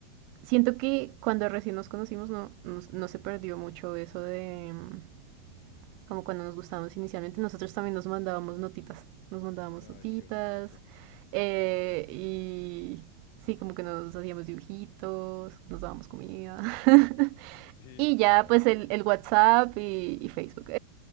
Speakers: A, on the right; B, on the left.
A: siento que cuando recién nos conocimos no, no, no se perdió mucho eso de... mm, como cuando nos gustábamos inicialmente, nosotros también nos mandábamos notitas, nos mandábamos
B: Ay,
A: notitas
B: qué bonito. <laughs>
A: eh, y sí, como que nos hacíamos dibujitos, nos dábamos comida <laughs>
B: Sí,
A: y
B: ay,
A: ya pues
B: qué
A: el,
B: bonito.
A: el WhatsApp y, y Facebook,